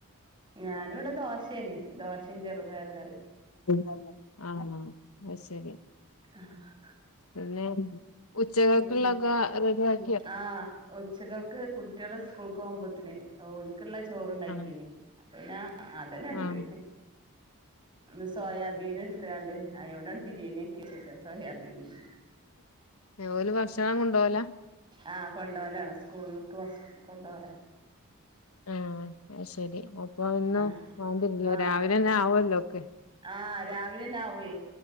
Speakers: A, on the right; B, on the left.
A: ഞാന് ഇവിടെ ദോശയേനി ദോശയും ചെറുപയർ കറി
B: ആണ് ആഹ് അത് ശരി
A: ആഹ്
B: പിന്നെ ഉച്ചകേക്കുള്ളൊക്കെ
A: പിന്നെ
B: റെഡി ആക്കിയോ
A: ആഹ് ഉച്ചകേക്ക് കുട്ടികള് സ്കൂൾക്ക് പോകുമ്പോത്തിനേ ഓൽക്കുള്ള ചോറ് ഉണ്ടാക്കീനി
B: ആഹ്
A: അപ്പം പിന്നെ അതന്നെ ഇണ്ട്
B: ആഹ്
A: ഇന്ന് സോയാബീൻ എടുത്തുകാണ്ട് അയോണ്ടാട് ബിരിയാണി ആക്കി വെച്ചക്കാ സോയാബീൻ ബിരിയാ
B: ഓല് ഭക്ഷണം കൊണ്ട് പോകലാ
A: ആഹ് കൊണ്ടോവലാണ് സ്കൂള്ക്ക് കൊണ്ട്പോവലാണ്
B: ആഹ് അത്ശരി അപ്പൊ എന്നും
A: ആഹ്
B: വാണ്ട്യേരുല്ലേ
A: ആഹ്
B: രാവിലെന്നെ ആവൊല്ലോ ഒക്കെ.
A: ആഹ് രാവിലെന്നെ ആവ്വേ.